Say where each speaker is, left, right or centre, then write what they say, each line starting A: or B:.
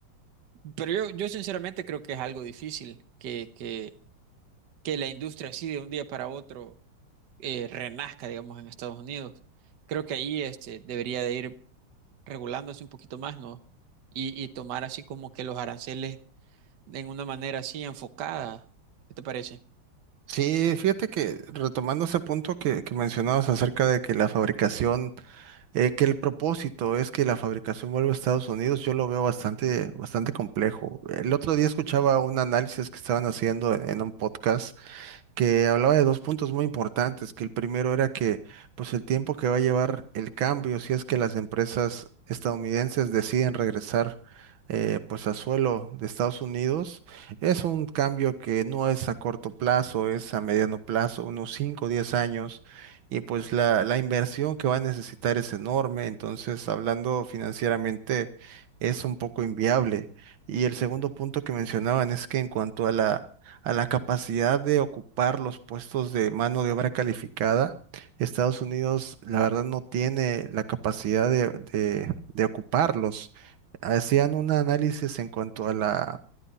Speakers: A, on the right; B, on the right.
A: pero yo, yo sinceramente creo que es algo difícil que, que, que la industria así de un día para otro eh, renazca, digamos, en Estados Unidos. Creo que ahí este debería de ir regulándose un poquito más, ¿no? Y, y tomar así como que los aranceles en una manera así enfocada. ¿Qué te parece?
B: Sí, fíjate que retomando ese punto que, que mencionabas acerca de que la fabricación, eh, que el propósito es que la fabricación vuelva a Estados Unidos, yo lo veo bastante, bastante complejo. El otro día escuchaba un análisis que estaban haciendo en, en un podcast que hablaba de dos puntos muy importantes, que el primero era que pues el tiempo que va a llevar el cambio, si es que las empresas estadounidenses deciden regresar eh, pues a suelo de Estados Unidos, es un cambio que no es a corto plazo, es a mediano plazo, unos 5 o 10 años, y pues la, la inversión que va a necesitar es enorme, entonces hablando financieramente es un poco inviable. Y el segundo punto que mencionaban es que en cuanto a la a la capacidad de ocupar los puestos de mano de obra calificada, Estados Unidos, la verdad, no tiene la capacidad de, de- de ocuparlos. Hacían un análisis en cuanto a la,